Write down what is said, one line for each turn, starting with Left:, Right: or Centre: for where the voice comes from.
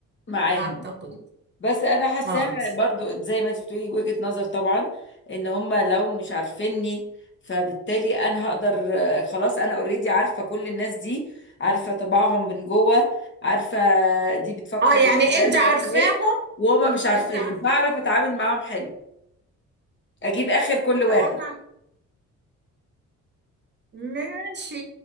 Left: معاهم
Right: أعتقد
Left: بس انا حاساها
Right: آه
Left: برضو زي ما انت بتقولي وجهة نظر طبعا ان هم لو مش عارفيني فبالتالي انا هقدر آه، خلاص انا اوريدي عارفه كل الناس دي عارفه طباعهم من جوه عارفه دي بتفكر
Right: آه يعني
Left: ازاي
Right: أنت عارفاهم
Left: مش عارفه ايه وهما مش عارفيني
Right: انت عارفه
Left: فاعرف اتعامل معاهم حلو اجيب اخر كل واحد
Right: لو انا ماشي